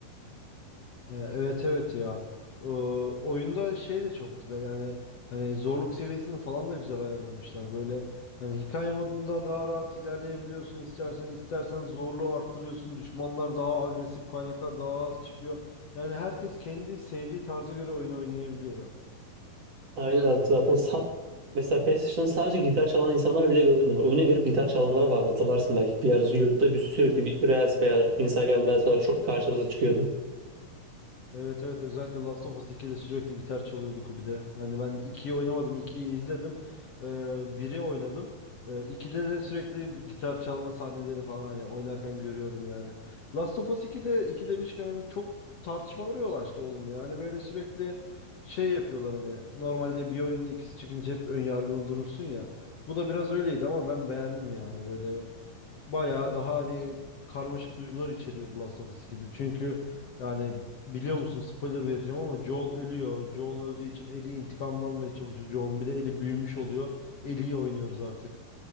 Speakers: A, on the left; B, on the right.
A: Ee, Evet evet ya. Ee, oyunda şey de çok güzel yani hani zorluk seviyesini falan da güzel ayarlamışlar. Böyle hani hikaye modunda daha rahat ilerleyebiliyorsun istersen istersen zorluğu arttırıyorsun. Düşmanlar daha agresif kaynaklar daha az çıkıyor. Yani herkes kendi sevdiği tarza göre oyunu oynayabiliyor.
B: Aynen öyle. zaten sat mesela PlayStation'da sadece gitar çalan insanlar bile gördüm ben. Oyuna girip gitar çalanlara vardı hatırlarsın belki. Bir ara YouTube'da bir sürekli bir Reels veya Instagram Reels olarak çok karşımıza çıkıyordu.
A: Evet evet özellikle Last of Us 2'de sürekli gitar çalıyordu Kubi'de. Hani ben ikiyi oynamadım ikiyi izledim. Ee, 1'i oynadım. Ee, 2'de de sürekli bir gitar çalma sahneleri falan hani oynarken görüyordum yani. Last of Us 2'de 2 demişken hani çok tartışmalara yol açtı oğlum ya. Hani böyle sürekli şey yapıyorlar hani normalde bir oyunun ikisi çıkınca hep ön yargılı durursun ya. Bu da biraz öyleydi ama ben beğendim yani böyle bayağı daha hani karmaşık duygular içeriyordu Last of Us 2'de. Çünkü yani Biliyor musun spoiler vereceğim ama Joel ölüyor. Joel öldüğü için Ellie intikamını almaya çalışıyor Joel'un. Bir de Ellie büyümüş oluyor. Ellie'yi oynuyoruz artık.